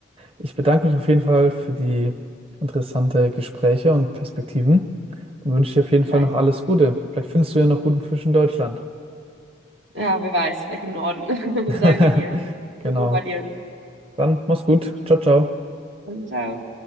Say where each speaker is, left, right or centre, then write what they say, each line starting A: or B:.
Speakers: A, on the right; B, on the right.
A: Ich bedanke mich auf jeden Fall für die interessanten Gespräche und Perspektiven und wünsche dir auf jeden Fall
B: vielleicht.
A: noch alles Gute. Vielleicht findest du ja noch guten Fisch in Deutschland.
B: Ja, wer weiß, vielleicht im Norden. <laughs>
A: <laughs>
B: Danke dir.
A: Genau.
B: Gut bei dir.
A: Dann mach's gut. Ciao, ciao.
B: Und ciao.